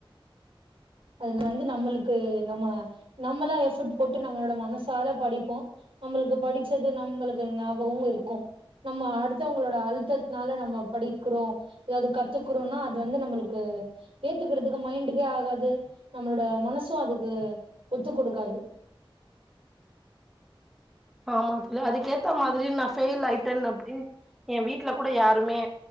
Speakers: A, on the right; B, in the centre.
A: அது வந்து நம்புளுக்கு நம்ம நம்மளா எஃபர்ட் போட்டு நம்மளோட மனசால படிப்போ நம்புளுக்கு படிச்சது நம்புளுக்கு ஞாபகமோ இருக்கோ நம்ம அடுத்தவுங்களோட அழுத்தத்தனால நம்ம படிக்கிறோ அதாவது கத் துக்கறோனா அது வந்து நம்புளுக்கு ஏத்துக்கறதுக்கு மைண்டுக்கே ஆகாது நம்பளோட மனசோ அதுக்கு அது ஒத்துக் கொடுக்காது
B: ஆமா தோழி அதுக்கேத்த மாதிரி நா ஃபெயில் ஆயிட்டே அப்டின் ஏ வீட்ல கூட யாருமே